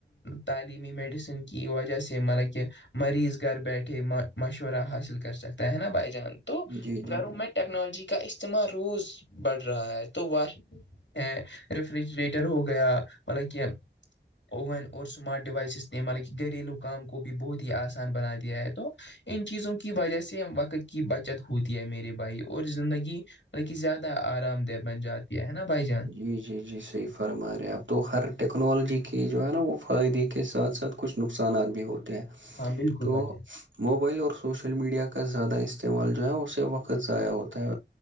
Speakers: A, on the left; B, on the right.
A: تعلیمی میڈیسن کی وجہ سے مطلب کہ مریض گھر بیٹھے مشورہ حاصل کر سکتا ہے نا بھائی جان تو
B: جی جی
A: گھروں میںں ٹیکنالوجی کا استعمال روز بڑھ رہا ہے تو واشگ ہے ریفریجریٹر ہو گیا مطلب کہ اوون اور سمارٹ ڈیوائس اس نے ہمل کہ گھریلو کام کو بھی بہت ہی آسان بنا دیا ہے تو ان چیزوں کی وجہ سے وقت کی بچت ہوتی ہے میرے بھائی اور زندگی بی زیادہ آرام دہ بن جاتی ہے نا بھائی جان
B: جی جی جیر صحیح فرما رہے ہیں اب تو ہر ٹیکنالوجی کی جو ہے نا وہ فائدے کے ساتھ ساتھ کچھ نقصانات بھی ہوتے ہیں
A: ہاں بالکل
B: تو
A: بھائی جان
B: موبائل اور سوشل میڈیا کا زیادہ استعمال جو ہے اسے وقت ضائع ہوتا ہے